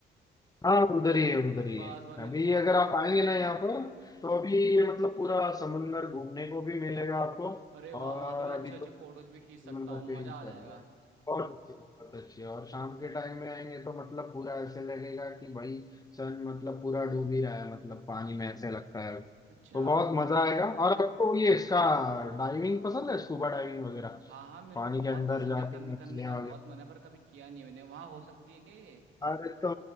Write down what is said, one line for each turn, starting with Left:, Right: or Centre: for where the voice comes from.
Left: हाँ उधर ही है उधर ही
Right: बस
Left: है
Right: बस मेरे
Left: अभी
Right: को वहाँ
Left: अगर
Right: जा
Left: आप आएंगे ना
Right: जी
Left: यहाँ पर तो अभी ये मतलब पूरा समंदर घूमने को भी मिलेगा आपको
Right: अरे
Left: और
Right: वाह वहां तो मैं अच्छे
Left: अभी
Right: अच्छे
Left: तो
Right: फोटोज
Left: समंदर
Right: भी खींच सकता हूँ
Left: पे
Right: मजा
Left: ही चल
Right: आ जाएगा
Left: रहा है बहुत अच्छी बहुत अच्छी और शाम के टाइम में आएंगे तो मतलब पूरा ऐसे लगेगा कि भाई सन मतलब पूरा डूब ही रहा है मतलब पानी में ऐसे लगता है तो
Right: अच्छा
Left: बहुत मजा आएगा और आपको ये इसका डाइविंग पसंद है स्कूबा डाइविंग वगैरह
Right: हाँ हाँ मेरे
Left: पानी
Right: को बहुत
Left: के अंदर
Right: पसंद
Left: जाके
Right: है करने
Left: मछलियां
Right: करने का बहुत मन है पर कभी किया नहीं है मैंने वहाँ हो सकती है क्या ये
Left: अरे तो